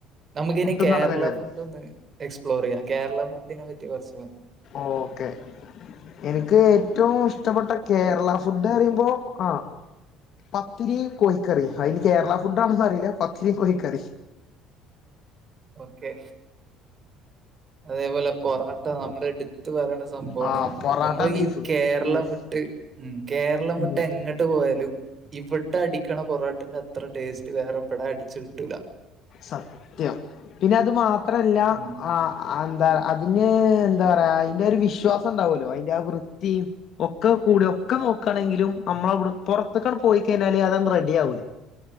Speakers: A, on the right; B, on the left.
A: നമുക്ക്
B: പുട്ടും
A: ഇനി കേരള
B: കടലക്കറിയും
A: ഫുഡ് ഒന്ന് എക്സ്പ്ലോർ യ്യാ കേരള ഫുഡിനെ പറ്റി കൊർച്ച്
B: ഓക്കെ എനിക്ക് ഏറ്റവും ഇഷ്ടപ്പെട്ട കേരള ഫുഡ് അറിയുമ്പോ ആ പത്തിരി കോഴിക്കറി അയിനി കേരള ഫുഡാണെന്ന് അറിയില്ല പത്തിരി കോഴിക്കറി.
A: ഓക്കെ അതേപോലെ പൊറോട്ട നമ്മള് എട് ത്ത് പറയണ്ട സംഭവാണ്
B: ആഹ് പൊറാട്ട
A: അമ്മള്
B: ബീഫ്
A: ഈ കേരളം
B: ഊഫ്
A: വിട്ട് ഉം കേരളം വിട്ട്
B: ഉം
A: എങ്ങട്ട് പോയാലും ഇവടെ അടിക്കണ പൊറോട്ടന്റെ അത്ര ടേസ്റ്റ് വേറെ എവ്ടാ അടിച്ച് കിട്ടൂല.
B: സത്യം പിന്നെ അത് മാത്രല്ല
A: ഉം
B: ആ ആ എന്താ അതിന് എന്താ പറയാ അയ്ന്റെ ഒരു വിശ്വാസം ണ്ടാവുല്ലോ അയ്ന്റെ ആ വൃത്തിം ഒക്കെ കൂടി ഒക്കെ നോക്കാണെങ്കിലും അമ്മളവ്ടെ പൊറത്തേക്കാട് പോയി കഴിഞ്ഞാല് അതങ്ങ് റെഡി ആവൂലെ?